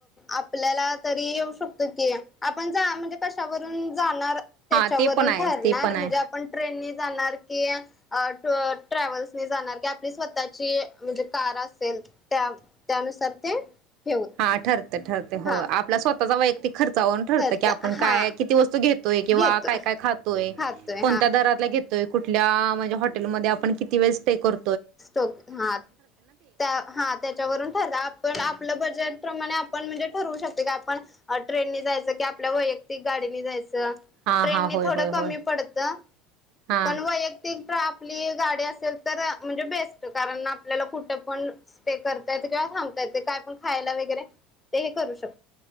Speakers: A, on the left; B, on the right.
A: आपल्याला तरी येऊ शकतो की आपण जा म्हणजे कशावरून जाणार त्याच्यावरून
B: हा ते पण आहे
A: ठरणार
B: ते पण
A: म्हणजे
B: आहे
A: आपण ट्रेननी जाणार की, अ ट ट्रॅवल्सने जाणार की आपली स्वतःची म्हणजे कार असेल त्या त्यानुसार ते ठेवून
B: हा ठर ते ठरते हो
A: हा
B: आपला स्वत तसा वैयक्तिक खर्चावरून ठरत
A: खर्च
B: की आपण
A: हा
B: काय किती वस्तू घेतोय किंवा
A: घेतोय
B: काय काय खातोय
A: खातोय
B: कोणत्या
A: हा
B: दरातल्या घेतो कुठल्या म्हणजे हॉटेलमध्ये आपण किती वेळ स्टे कर
A: स्टोक हा त्या हा त्याच्यावरून ठरलं आपण आपलं बजेट प्रमाणे आपण म्हणजे ठरवू शकत की आपण ट्रेन नी जायचं की आपल्या वैयक्तिक गाडीनी जायचं
B: हा
A: ट्रेननी
B: हा होय
A: थोड
B: होय
A: कमी
B: होय
A: पडत
B: हा
A: पण वैयक्तिक आपली गाडी असेल तर म्हणजे बेस्ट कारण आपल्याला कुठं पण स्टे करता येतो की थांबता येते काय पण खायला वगैरे ते हे करू शक